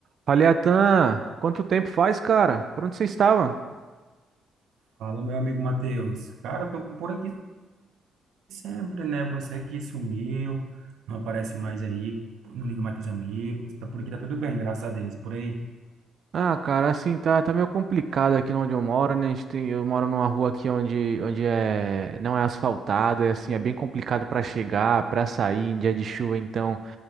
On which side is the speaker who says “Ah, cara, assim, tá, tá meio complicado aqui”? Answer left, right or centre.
Right